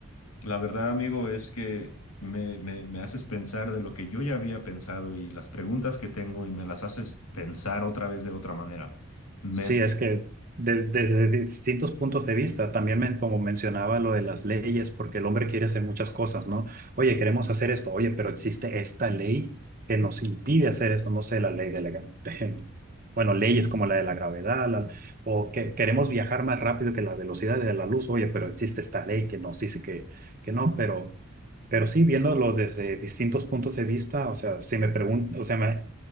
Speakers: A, on the left; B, on the right.
A: La verdad, amigo, es que me, me, me haces pensar de lo que yo ya había pensado y las preguntas que tengo y me las haces pensar otra vez de otra manera. Me,
B: Sí, es que de- desde distintos puntos de vista, también men- como mencionaba lo de las leyes, porque el hombre quiere hacer muchas cosas, ¿no? Oye, queremos hacer esto, oye, pero existe esta ley que nos impide hacer esto, no sé, la ley de la... gra- <laughs> de- Bueno, leyes como la de la gravedad, la- o que queremos viajar más rápido que la velocidad de la luz, oye, pero existe esta ley que nos dice que, que no, pero, pero sí, viéndolo desde distintos puntos de vista, o sea, si me preguntan, o sea, me,